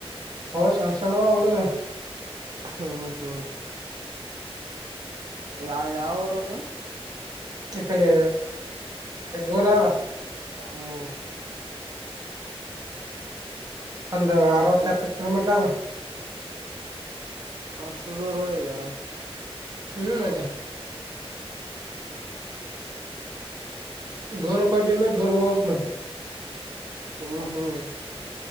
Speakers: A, on the right (about 40°); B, on the right (about 55°).
A: ಅವು ಸಣಸಣವ ಹುಡುಗ
B: ಹ್ಮ್ ಹ್ಮ್ ಯ ಯಾವ ಊರದು
A: ಇ ಕಡೆ ದೂರದ
B: ಹ್ಮ್
A: ಒಂದು
B: ಅದಕ್ಕೆ
A: ಆರವತ್ತು ಎಪ್ಪತ್ತು ಕಿಲೋಮೀಟರ್ ಅದ
B: ಅಷ್ಟು ದೂರ ಇದಾ
A: ಹ್ಮ್ ಮತ್ತೆ
B: ಹ್ಮ
A: ದೂರ ಕೊಟ್ಟಿ ಮತ್ತೆ ದೂರ ಹೋಗ್ಬೇಕ್ ಮತ್ತ್
B: ಹ್ಮ್ ಹ್ಮ್